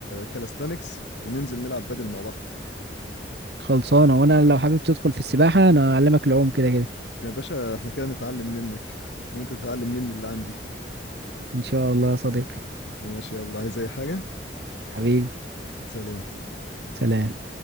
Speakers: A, on the left; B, on the right.
A: كالستانكس وننزل نلعب بدل مع بعض
B: خلصانة وأنا لو حابب تدخل في السباحة أنا أعلمك العوم كده كده
A: يا باشا احنا كده نتعلم منك وانت تتعلم مني اللي عندي
B: إن شاء الله يا صديقي
A: ماشي يلا عايز اي حاجة
B: حبيبي
A: سلام
B: سلام